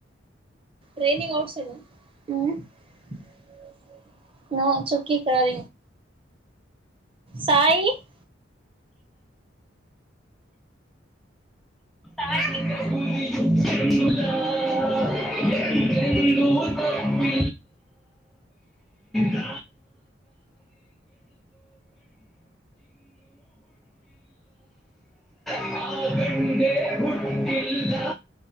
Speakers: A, on the right; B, in the centre.
A: ್ರೈನಿಂಗ್ ಔಟ್ಸ್ <unintelligible> ನಾ ಚುಕ್ಕಿ ಕಾದ ಸಾಯಿ <unintelligible>
B: ಆ <unintelligible> ಬಿ <inaudible> ಅ <unintelligible> ಆ ಗಂಡೆ ಹುಟ್ಟಿಲ್ಲಾ